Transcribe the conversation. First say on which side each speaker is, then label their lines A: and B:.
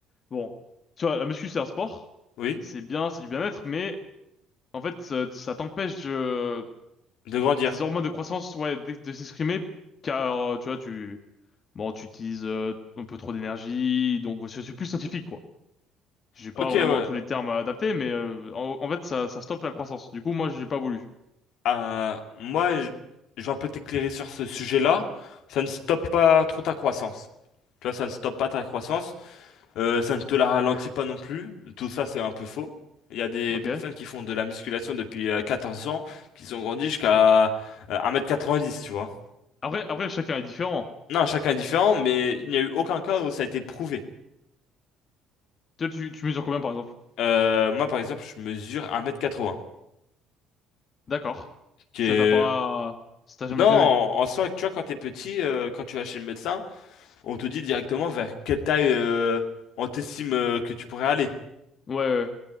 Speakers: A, on the left; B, on the left.
A: Bon, tu vois, la muscu, c'est un sport,
B: oui,
A: c'est bien, c'est du bien-être, mais en fait, ça, ça t'empêche de-
B: de grandir.
A: des hormones de croissance, ouais, de, de s'exprimer, car, euh, tu vois, tu, bon, tu utilises euh, un peu trop d'énergie, donc ouais, c'est c'est plus scientifique, quoi. J'ai pas
B: Ok,
A: vraiment
B: ouais.
A: tous les termes adaptés, mais euh, en, en fait, ça, ça stoppe la croissance. Du coup, moi, j'ai pas voulu,
B: Euh, moi, je je vais un peu t'éclairer sur ce sujet-là. Ça ne stoppe pas trop ta croissance. Tu vois, ça ne stoppe pas ta croissance. Euh, ça ne te la ralentit pas non plus. Tout ça, c'est un peu faux. Il y a des
A: ok?
B: personnes qui font de la musculation depuis euh, 14 ans, qui ont grandi jusqu'à euh, 1m90, tu vois.
A: Après, après, chacun est différent.
B: Non, chacun est différent, mais il n'y a eu aucun cas où ça a été prouvé.
A: Toi, tu, tu mesures combien, par exemple?
B: Euh, moi, par exemple, je mesure 1m80,
A: D'accord.
B: qui
A: Ça
B: est...
A: t'a pas, ça t'a jamais
B: Non,
A: gêné?
B: en en soi, tu vois, quand t'es petit, euh, quand tu vas chez le médecin, on te dit directement vers quelle taille euh, on t'estime euh, que tu pourrais aller.
A: Ouais, ouais. ouais.